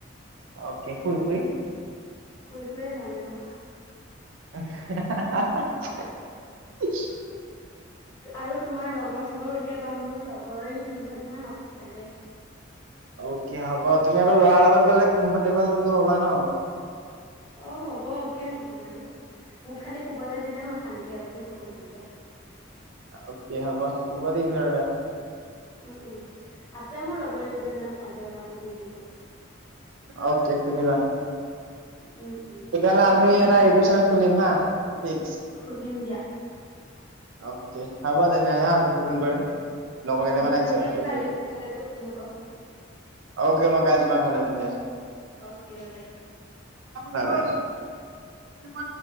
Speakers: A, on the right (about 80°); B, on the left (about 20°).
A: অকে শুই শুই্
B: শুই শুইয়ে যাম এনেও।
A: <unintelligible>
B: আৰু তোমাৰ লগৰ চগৰ উলিয়াবা, মোৰ লগৰ দুজনীমান আছে চাগে।
A: অকে হ'ব তুমি আকৌ লৰাৰ লগত গ'লে কমফৰ্টেবলটো হ'বা ন।
B: অ' হ'ব কিয় নহম আৰু। মোক খালি শুবলৈ দিলে হ'ল শান্তিৰে বাকী একো কৰিব নালাগে।
A: অকে হ'ব, শুব দিম ধৰি লোৱা।
B: উম উম, আছে মোৰ লগৰীকেইজনীমান চাগে ৰবা সুধিম। সিহঁতক
A: অ'কে সুধিবা।
B: উম, উম।
A: তেতিয়া হ'লে আমি এটা ইউটিউব চেনেল খুলিম হা। ফিক্স
B: খুলিম দিয়া।
A: অ'কে হ'ব তেনেহ'লে হা পিছত ফোন কৰিম, লগৰ কেইটামান
B: অঁ
A: আহিছে
B: কালি
A: মানে।
B: আহিবা ইউটিউব চেনেলটো খুলিম আক।
A: অ'কে মই কালি তোমাৰ ঘৰলে যাম দিয়া।
B: অ'কে বাই বাই
A: বা বাই।